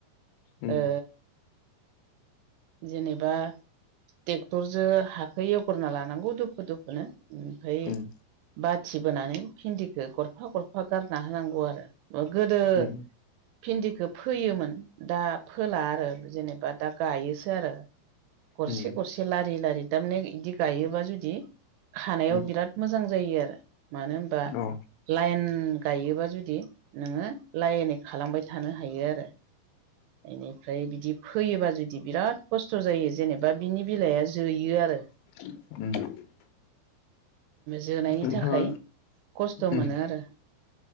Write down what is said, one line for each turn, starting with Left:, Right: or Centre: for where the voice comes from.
Left: उम
Right: ओ जेनेबा ट्रेक्टरजों हाखो एवग्रना लानांगौ दुफु दुफुनो ओमफ्राय
Left: उम
Right: बाथि बोनानै भिन्दिखौ गरफा गरफा गारना होनांगौ आरो मा गोदो
Left: उम
Right: भिन्दिखौ फोयोमोन दा फोला आरो जेनेबा दा गायोसो आरो गरसे
Left: उम
Right: गरसे लारि लारि थारमाने बिदि गायोबा जुदि खानायाव
Left: उम
Right: बिराद मोजां जायो आरो मानो होनबा
Left: औ
Right: लाइन गायोबा जुदि नोंङो लाइनै खालामबाय थानो हायो आरो बेनिफ्राय बिदि फैयोबा जुदि बिराद खस्थ' जायो जेनेबा बिनि बिलाइआ जोयो आरो
Left: <unintelligible>
Right: जोनायनि
Left: नोंथाङा
Right: थाखाय खस्थ'
Left: उम
Right: मोनो आरो